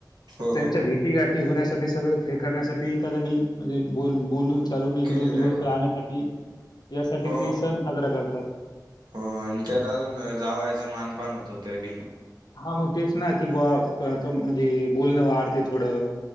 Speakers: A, on the right; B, on the left.
A: हो
B: तर त्यांच्या
A: हो
B: भेटी गाठी ते होण्यासाठी सगळं हे करण्यासाठी एखा जागी म्हणजे बोल बोलून चालून एक
A: केलेलं
B: दोन दिवस
A: आहे बा
B: राहण्यासाठी यासाठी
A: हो
B: ते
A: हो
B: सण साजरा करत. त
A: हो आणि त्यात अजून जावायच मानपण होत ते बी
B: हा मग तेच ना की बा म्हणजे बोलणं वाडते थोडं